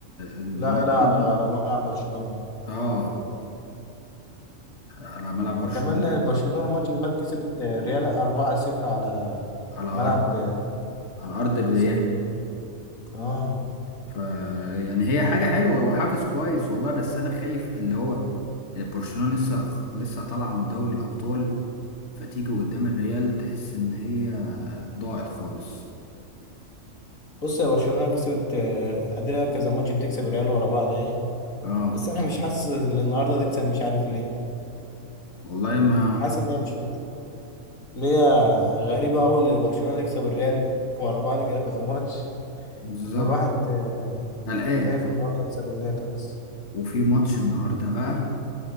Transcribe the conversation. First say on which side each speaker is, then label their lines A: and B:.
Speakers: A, on the left (about 55°); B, on the left (about 85°).
A: الموسم
B: لا لا على
A: ده-
B: على ملعب برشلونه
A: اه على ملعب برشلونة
B: ده كمان برشلونه الماتش اللي فات كسبت الريال 4-0 على
A: على ارض
B: ملعب
A: على ارض الريال
B: سانتياغو اه
A: ف يعني هي حاجة حلوة وحافز كويس والله بس انا خايف اللي هو برشلونة لسه لسه طالعة من دوري الابطال فتيجي قدام الريال تحس ان هي ضاعت خالص
B: بص يا برشلونة كسبت آه، قادرة كذا ماتش بتكسب الريال ورا بعض ايه
A: اه
B: بس انا مش حاسس ان النهارده تكسب مش عارف ليه
A: والله ما
B: حاسس ان هي مش تكسب ليه غريبة أوي إن برشلونة تكسب الريال ورا بعض كده كذا ماتش
A: بالظبط
B: فالواحد آه،
A: قلقان
B: خايف النهارده بسبب ان هي تخلص
A: وفي ماتش النهارده بقى